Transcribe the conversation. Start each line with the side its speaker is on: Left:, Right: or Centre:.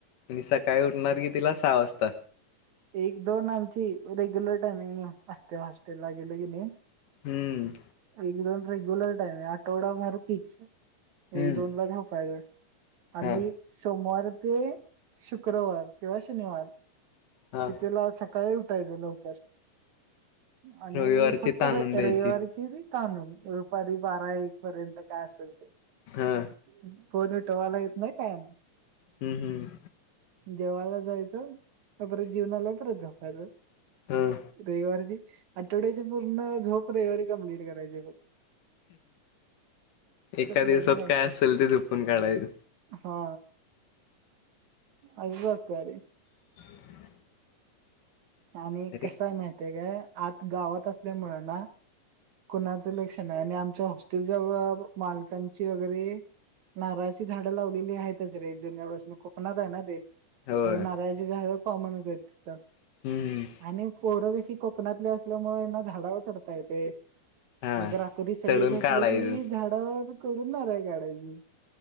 Left: आणि सकाळी उठणार कितीला सहा वाजता.
Right: एक दोन आमची रेग्युलर टायमिंग असतय. हॉस्टेलला गेलो कणी,
Left: हम्म.
Right: एकदम रेग्युलर टाईम आहे, आठवडा भर तीच.
Left: हम्म
Right: एक दोन ला झोपायच. आणि
Left: हा
Right: सोमवार. ते शुक्रवार किंवा शनिवार.
Left: हा
Right: कितीला सका सकाळी उठायचं लवकर. आणि
Left: रविवारची
Right: फक्त
Left: ताणून
Right: र
Left: द्यायची
Right: रविवारीची जी. तांनून, दुपारी बारा एक पर्यंत काय असेल ते.
Left: हा
Right: <unintelligible> कोन उठवायला येत नाही काय नाही.
Left: हम्म हम्म.
Right: जेवायला जायचं परत जेवून आल्यावर परत झोपायचं.
Left: ह
Right: रविवार ची. आठवड्याची पूर्ण झोप, रविवारी कमप्लीट करायची बग. असं
Left: एका
Right: प्लॅनिंग
Left: दिवसात
Right: असते
Left: काय असेल, ते झोपून काढायचं.
Right: हा अस असतय अरे!
Left: <unintelligible>
Right: आणि
Left: तरी
Right: कसाय माहती काय? आत गावात असल्यामूळ ना, कुणाचं लक्ष नाय आणि आमच्या हॉस्टेलच्या मालकांची वगैरे नारळाची झाडं लावलेली हायतचं. रे जुन्यापासन कोकणात आहे ना ते.
Left: होय
Right: मग नारळाची झाड. हो माणूस आहे तिथ
Left: हम्म
Right: <unintelligible> आणि पोर कशी. कोकणातले असल्यामुळे यांना झाडावर चढता येते.
Left: हा
Right: मग रात्री सगळे
Left: चढून
Right: झोपले
Left: काढायचं
Right: की झाडवर- चढून नारळ काढायची.